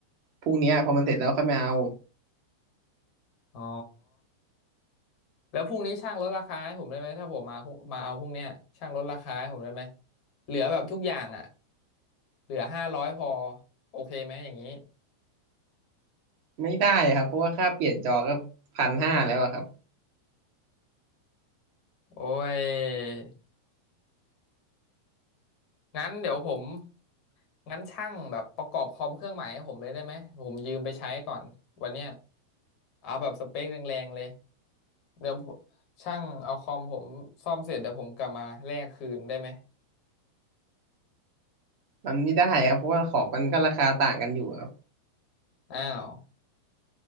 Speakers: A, on the right; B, on the left.
A: พรุ่งเนี้ยพอมันเสร็จแล้วค่อยมาเอา
B: อ๋อแล้วพรุ่งนี้ช่างลดราคาให้ผมได้ไหมถ้าผมมาพรุ่งมาเอาพรุ่งเนี้ยช่างลดราคาให้ผมได้ไหมเหลือแบบทุกอย่างอ่ะเหลือห้าร้อยพอโอเคไหมอย่างนี้
A: ไม่ได้ครับเพราะว่าค่าเปลี่ยนจอก็พันห้าแล้วอะครับ
B: โอ้ยงั้นเดี๋ยวผมงั้นช่างแบบประกอบคอมเครื่องใหม่ให้ผมเลยได้ไหมผมยืมไปใช้ก่อนวันเนี้ยเอาแบบสเปคแรงๆเลยเดี๋ยวช่างเอาคอมผมซ่อมเสร็จเดี๋ยวผมกลับมาแลกคืนได้ไหม
A: มันไม่ได้ครับเพราะว่าของมันก็ราคาต่างกันอยู่ครับ
B: อ้าว